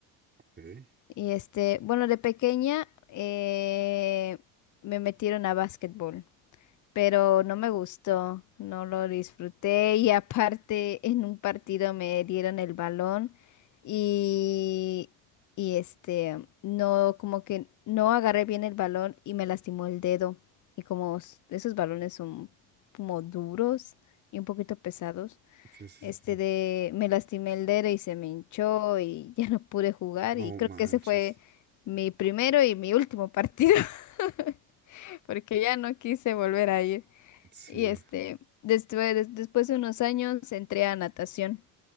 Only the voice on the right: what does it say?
Ok.
Sí, sí,
sí.
No
manches.
Sí,